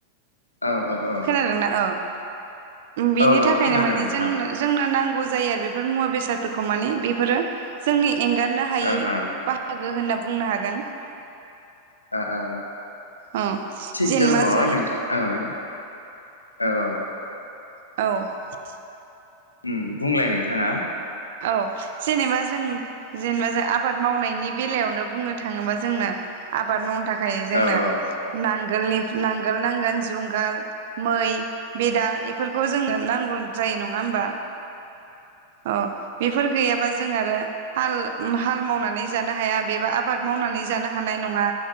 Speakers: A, on the left; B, on the right.
A: औ औ औ
B: खोनादोंना औ बिनि
A: औ औ
B: थाखायनो
A: खोनादों
B: माने
A: नोंथां
B: जोंनो जोंनो नांगौ जायो आरो बेफोर मुवा बेसादफोरखौ माने बेफोरो जोंनि एंगारनो हायि
A: ओं ओं
B: बाहागो होनना बुंनो हागोन ।
A: ओ ओ
B: औ
A: थिग
B: जेनेबा
A: दङ
B: जों
A: नोंथां औ । औ । औ ।
B: औ ।
A: उम बुंलाय नोंथाङा?
B: औ जेनेबा जों जेनेबा जों आबाद मावनायनि बेलायावनो बुंनो थाङोबा जोंनो आबाद मावनो था खाय जोंनो
A: औ औ
B: नां गोलनिब नांगोल नांगोल जुंगाल मै बेदा एफोरखौ जोंनो नांगौ जायो न ङा होमबा? अ । बेफोर गैयाबा जों आरो हाल हाल मावनानै जानो हाया बेबा आबाद मावनानै जानो हानाय नङा